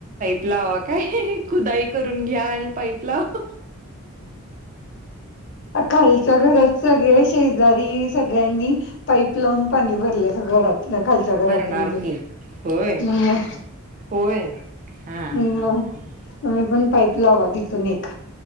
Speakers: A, on the right (about 35°); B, on the left (about 55°).
A: प लावा काय खुदाई करून घ्या आणि पाईप लाव..
B: खालच्या घरात सगळे शेजारी सगळ्यांनी पाईप लावून पाणी भरले घरात... खालच्या घरातून
A: भरणार
B: घेऊन.
A: की होय
B: हम्म
A: होय... हा
B: मग
A: हा ह..
B: तुम्ही पण पाईप लावा... तिथून एक.